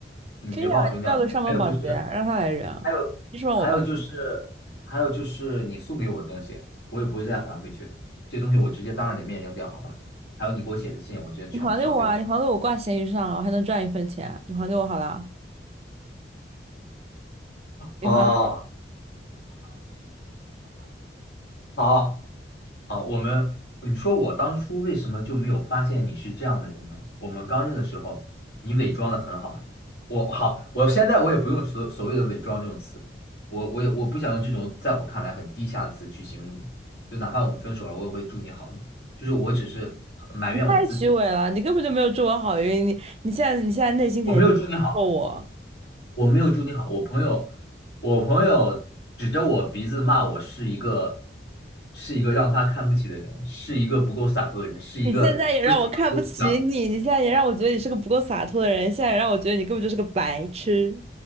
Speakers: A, on the left (about 70°); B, on the right (about 35°).
A: 你直接帮我扔掉就好。
B: 可以啊，你叫个上门保洁，
A: 还有就是。
B: 让他来扔。
A: 还有还有就是，
B: 你说让我搬？
A: 还有就是你送给我的东西，我也不会再还回去。这东西我直接当着你的面扔掉，好吧？还有你给我写的信，我直接全部烧掉。
B: 你还给我啊！你还给我挂闲鱼上啊我还能赚一分钱。你还给我好了，你还。
A: 哦，好，好，我们，你说我当初为什么就没有发现你是这样的人呢？我们刚认的时候，你伪装的很好哎。我好，我现在我也不用所所谓的伪装这种词，我我也我不想用这种在我看来很低下的词去形容你。就哪怕我们分手了，我也会祝你好。就是我只是埋怨我自己。
B: 太虚伪了，你根本就没有祝我好运，你你现在你现在内心肯定在咒我，
A: 我没有祝你好，我没有祝你好。我朋友，我朋友指着我鼻子骂我是一个，是一个让他看不起的人，是一个不够洒脱的人，是一个分手了都不讲。
B: 你现在也让我看不起你，你现在也让我觉得你是个不够洒脱的人，现在也让我觉得你根本就是个白痴。